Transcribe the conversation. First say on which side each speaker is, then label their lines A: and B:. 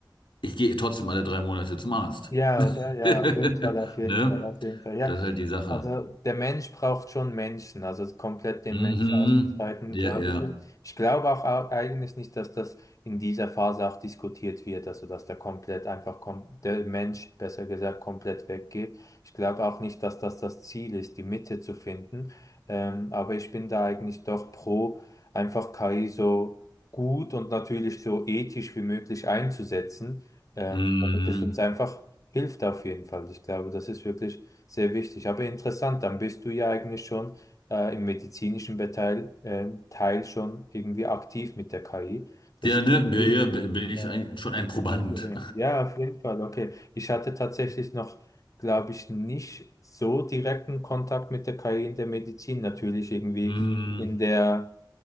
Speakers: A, on the left; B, on the left.
A: ich gehe trotzdem alle drei Monate zum Arzt.
B: Ja,
A: <laughs>
B: oder? Ja, auf jeden Fall, auf jeden
A: Ne?
B: Fall, auf jeden Fall. Ja,
A: Das ist halt die Sache.
B: also der Mensch braucht schon Menschen, also komplett den
A: Mhm.
B: Mensch auszubreiten,
A: Ja,
B: glaube
A: ja.
B: ich nicht. Ich glaube auch au- eigentlich nicht, dass das in dieser Phase auch diskutiert wird, also dass der komplett einfach kom der Mensch, besser gesagt, komplett weggeht. Ich glaube auch nicht, dass das das Ziel ist, die Mitte zu finden. Ähm, aber ich bin da eigentlich doch pro, einfach KI so gut und natürlich so ethisch wie möglich einzusetzen. Ähm,
A: Mhm.
B: damit es uns einfach hilft auf jeden Fall. Ich glaube, das ist wirklich sehr wichtig. Aber interessant, dann bist du ja eigentlich schon äh, im medizinischen Beteil, äh, Teil schon irgendwie aktiv mit der KI. Das
A: Ja,
B: ist
A: ne?
B: cool.
A: Ja, ja, bin ich
B: Ähm,
A: ein, schon ein Proband.
B: das wird zu hören. ja, auf jeden Fall. Okay. Ich hatte tatsächlich noch, glaube ich, nicht so direkten Kontakt mit der KI in der Medizin. Natürlich irgendwie
A: <laughs> Mhm.
B: in der